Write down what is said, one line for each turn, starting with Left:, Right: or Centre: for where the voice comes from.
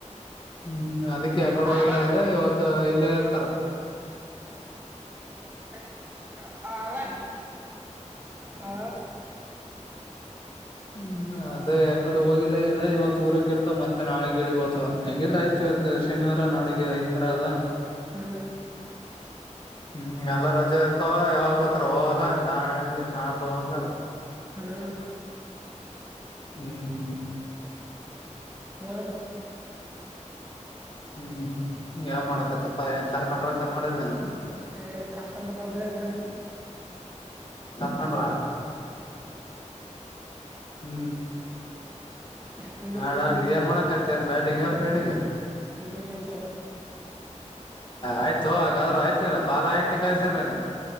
Left: ಹ್ಮ್ ಅದಕ್ಕೆ ಯ ಕಡ
Right: ಆ
Left: ಹೋಗಲ್ಲ ಇದೆ ಇವತ್ತು ಇಲ್ಲೇ ಇರ್ತಾರ
Right: ಅ ಆರ ಆ
Left: ಹ್ಮ್ ಅದೇ ಯಕಡೆ ಹೋಗಿಲ್ಲ ಇದೆ ಇವತ್ತು ಊರಗ ಇರ್ತ ಮತ್ತೆ ನಾಳೆ ಗೀಳಗ್ ಹತವ ಹೆಂಗಿದ್ರೆ ಆಯ್ತ ಇವತ್ತು ಶನಿವಾರ ನಾಳಿಗೆ ಐ್ ತರ ಅದ
Right: ಹಾ
Left: ಹ್ಮ್ ಎಲ್ಲ ರಜೆ ಇರ್ತಾವ ಯಾವಾಗ ಬತ್ರ ಹೋಗಲ್ಲ ನಾಳಿಗೆ ನಾಡ್ದ ಹಂಗಾರ
Right: ಹ್ಮ
Left: ಹ್ಮ್ ಹ್ಮ್
Right: ಹ್ಮ
Left: ಹ್ಮ್ ಯಾವ್ ಮಾಡಕತ್ತಪ್ಪ ಹೆಂಗ ಕರ್ಕೊಂಡ್ರ ಕರ್ಕೊಂಡಲ್ನ
Right: ಏ ಕರ್ಕಂದ್ರ ನೋಡ್ರಿ ಅಗ್ರಿ
Left: ಕಾರ್ಕಂಡ್ರ ಹ್ಮ್
Right: ಫೀಲ್ಡಿಂಗ್
Left: ಹಾಡಾಡ
Right: ನಿತ್ ನೋಡ್ರಿ
Left: ಏನ್ೋಕ ಆತಿ ಅಏನ್ ಬ ಫೀಲ್ಡಿಂಗ್
Right: ಫೀಲ್ಡಿಂಗ್ ಹಚ್ಚಾರ
Left: ಆಯ್ತು ಹಾಗಾದ್ರ ಆಯ್ತ ನ ಬಾಲಯಾಕೆ ಗಾಸಾರ್ರ ನನಕ್